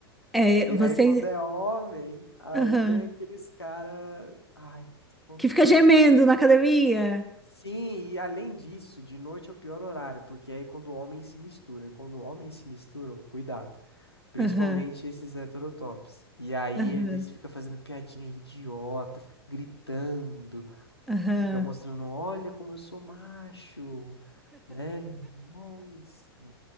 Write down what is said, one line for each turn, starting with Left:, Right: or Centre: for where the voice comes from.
Centre: É,
Left: E
Centre: você.
Left: aí, quando é homem, aí
Centre: Aham.
Left: tem aqueles cara. Ai, quanto
Centre: Que fica
Left: cara
Centre: gemendo
Left: bom.
Centre: na academia.
Left: Sim, e além disso, de noite é o pior horário, porque aí quando homens se misturam. Quando homens se misturam, cuidado. Principalmente
Centre: Aham.
Left: esses heterotops. E aí
Centre: Aham.
Left: eles ficam fazendo piadinha idiota, fica gritando,
Centre: Aham.
Left: fica mostrando, olha como eu sou macho, né? Nossa.